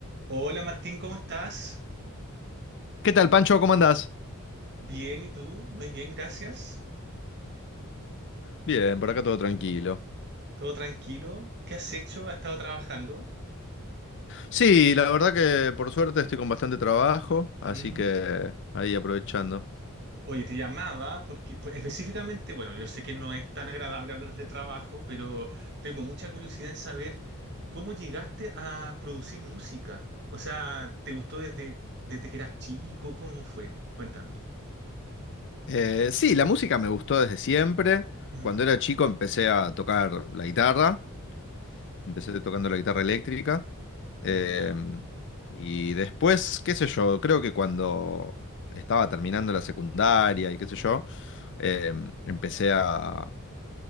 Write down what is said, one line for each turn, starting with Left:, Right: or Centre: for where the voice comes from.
Right: Hola Martín, ¿cómo estás?
Left: ¿Qué tal, Pancho? ¿Cómo andás?
Right: Bien, ¿y tú? Muy bien, gracias.
Left: Bien, por acá todo tranquilo.
Right: ¿Todo tranquilo? ¿Qué has hecho? ¿Has estado trabajando?
Left: Sí, la verdad que por suerte estoy con bastante trabajo, así
Right: Ujú.
Left: que ahí aprovechando.
Right: Oye, te llamaba porque pues, específicamente, bueno, yo sé que no es tan agradable hablar de trabajo, pero tengo mucha curiosidad en saber cómo llegaste a producir música. O sea, ¿te gustó desde, desde que eras chico? ¿Cómo fue? Cuéntame.
Left: Eh, sí, la música me gustó desde siempre.
Right: Ujú,
Left: Cuando era chico empecé a tocar la guitarra, empecé tocando la guitarra eléctrica. em,
Right: ujú. Ya.
Left: y después, qué sé yo, creo que cuando estaba terminando la secundaria y qué sé yo, em, empecé a,